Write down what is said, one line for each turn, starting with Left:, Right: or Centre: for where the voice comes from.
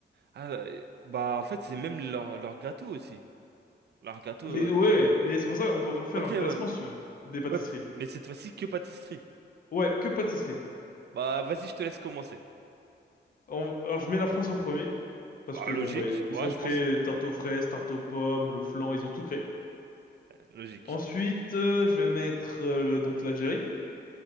Right: ah, euh, bah, en fait, c'est même leur, leur gâteau aussi. Leur gâteau.
Left: Les,
Right: euh,
Left: ouais, mais c'est pour ça qu'on peut refaire
Right: Ok,
Left: un
Right: ouais.
Left: classement si tu veux, des pâtisseries.
Right: Ouais, p- mais cette fois-ci que pâtisserie.
Left: Ouais, que pâtisseries.
Right: Bah, vas-y, je te laisse commencer.
Left: On- alors, je mets la France en premier, Parce
Right: Bah,
Left: que
Right: logique,
Left: bon, bah, ils
Right: ouais,
Left: ont
Right: je
Left: créé
Right: pense.
Left: tarte aux fraises, tarte aux pommes, le flan, ils ont tout créé.
Right: Logique.
Left: Ensuite, euh, je vais mettre euh, le- donc l'Algérie.